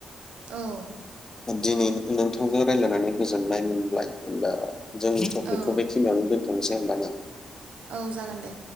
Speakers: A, on the right; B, on the left.
A: औ
B: दिनै नोंथांजों रायज्लायनानै गोजोननाय मोनबाय होमबा जों टपिकखौ
A: औ
B: बेखिनियावनो दोनथ'नोसै दोननोसै होनबा ना?
A: औ जागोन दे।